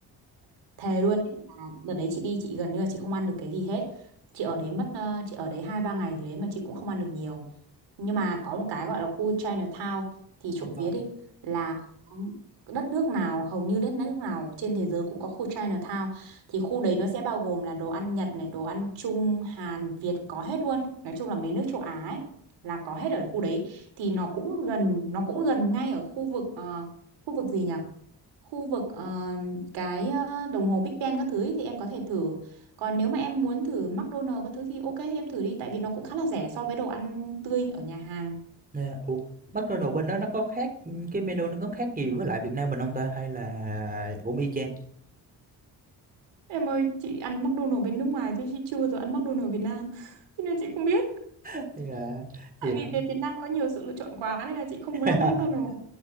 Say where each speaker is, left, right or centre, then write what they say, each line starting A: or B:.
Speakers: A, on the right; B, on the right.
A: thề luôn ấy là đợt đấy chị đi chị gần như là chị không ăn được cái gì hết chị ở đấy mất ờ, chị ở đấy hai ba ngày thì đấy mà chị cũng không ăn được nhiều nhưng mà có một cái gọi là khu Chinatown thì trộm
B: Ờ.
A: vía đi là có đất nước nào hầu như đất nước nào trên thế giới cũng có khu Chinatown thì khu đấy nó sẽ bao gồm là đồ ăn Nhật này đồ ăn Trung Hàn Việt có hết luôn nói chung là mấy nước châu Á ấy là có hết ở khu đấy thì nó cũng gần nó cũng gần ngay ở khu vực ờ, khu vực gì nhỉ khu vực ờ, cái ờ, đồng hồ Big Ben các thứ ý, thì em có thể thử. Còn nếu mà em muốn thử McDonald's các thứ thì ok em thử đi tại vì nó cũng khá là rẻ so với đồ ăn tươi ở nhà hàng.
B: yeah. Ủa McDonald's bên đó nó có khác cái menu nó có khác gì với lại Việt Nam mình không ta hay là cũng y chang
A: Em ơi, chị ăn McDonald's bên nước ngoài chứ chị chưa bao giờ ăn McDonald's Việt Nam. Cho nên chị không biết.
B: hay là
A: Tại
B: gì đó
A: vì về Việt Nam có nhiều sự lựa chọn quá nên là chị không
B: <laughs>
A: muốn ăn McDonald's.